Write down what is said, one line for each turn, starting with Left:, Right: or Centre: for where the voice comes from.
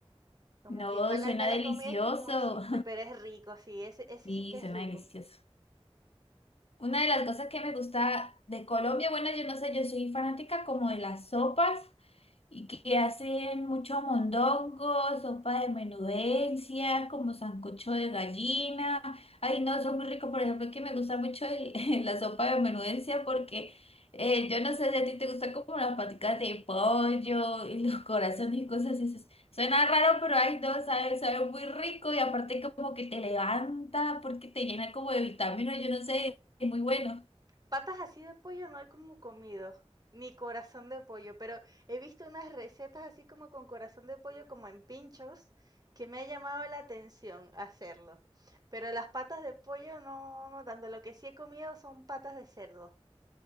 Right: Como
Left: no,
Right: que igual
Left: suena
Right: acá la
Left: delicioso,
Right: comida es como simple, pero es rico, sí, ese,
Left: <laughs>
Right: ese
Left: sí,
Right: sí que
Left: suena
Right: es rico.
Left: delicioso. Una de las cosas que me gusta de Colombia, bueno, yo no sé, yo soy fanática como de las sopas y que hacen mucho mondongo, sopa de menudencias, como sancocho de gallina. Ay, no, son muy ricos. Por ejemplo, que me gusta mucho el- <laughs> la sopa de menudencia porque eh, yo no sé si a ti te gustan como las paticas de pollo y los <laughs> corazones y cosas así. Sus- Suena raro, pero ay, no, sabe, sabe muy rico y aparte como que te levanta porque te llena como de vitaminas, yo no sé, es muy bueno.
Right: Patas así de pollo no he como comido, ni corazón de pollo, pero he visto unas recetas así como con corazón de pollo, como en pinchos, que me ha llamado la atención hacerlo. Pero las patas de pollo no, no tanto. Lo que sí he comido son patas de cerdo.